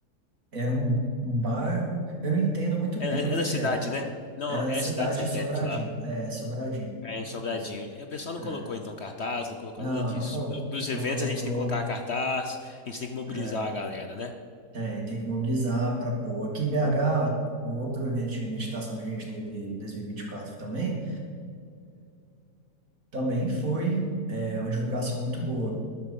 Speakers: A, on the right; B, on the left.
A: Era um, um bairro, eu não entendo muito
B: Era,
A: bem
B: era
A: onde
B: cidade,
A: que era.
B: né? Não,
A: Era
B: é
A: na cidade
B: cidade satélite
A: de Sobradinho,
B: lá.
A: é, Sobradinho,
B: É, em Sobradinho.
A: isso.
B: E O pessoal não
A: É.
B: colocou então cartaz, não colocou
A: Não,
B: nada disso.
A: não colocou,
B: Para os eventos
A: não colocou.
B: a gente tem que colocar cartaz, a gente tem que mobilizar
A: é,
B: a galera, né?
A: Tem, tem que mobilizar para pôr. Aqui em BH, o outro evento de meditação que a gente teve em 2024 também, também foi é, uma divulgação muito boa,